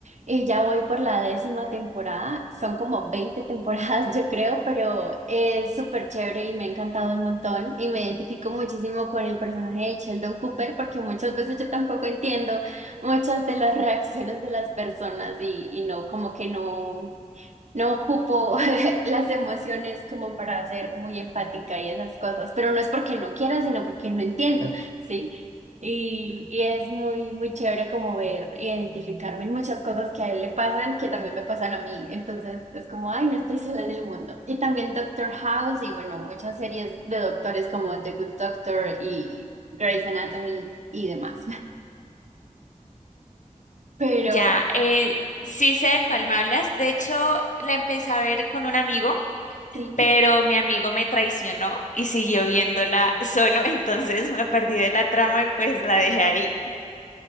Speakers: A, on the right (about 65°); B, on the left (about 75°).
A: y ya voy por la décima temporada. Son como 20 <laughs> temporadas, yo creo, pero es súper chévere y me ha encantado un montón y me identifico muchísimo con el personaje de Sheldon Cooper porque muchas veces yo tampoco entiendo muchas de las reacciones de las personas y, y no, como que no, no ocupo <laughs> las emociones como para ser muy empática y esas cosas, pero no es porque no quiera, sino porque no entiendo, ¿sí? Y, y es muy, muy chévere como ver, identificarme en muchas cosas que a él le pasan, que también me pasan a mí. Entonces es como, ay, no estoy sola en el mundo. Y también Doctor House y bueno, muchas series de doctores como The Good Doctor y Grey's Anatomy y demás. <laughs> Pero
B: ya, eh, sí sé de cuál me hablas. De hecho, la empecé a ver con un amigo
A: sí.
B: pero mi amigo me traicionó y siguió viéndola solo, <laughs> entonces me perdí de la trama y pues la dejé ahí.